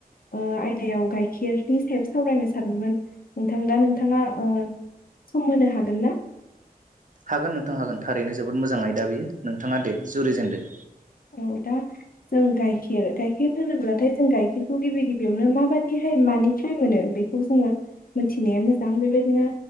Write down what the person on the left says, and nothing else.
ओ आयदायाव गाइखेरनि सायाव सावरायनो सानदोंमोन नोंथां दा नोंथाङा ओ सम होनो हागोन ना?
औ दा जों गाइखेर गाइखेर होनोब्लाथाय जों गाइखेरखौ गिबि गिबियावनो माबादिहाय मानिफ्राय मोनो बेखौ जोङो मोनथिनाया मोजां बेबायदिनो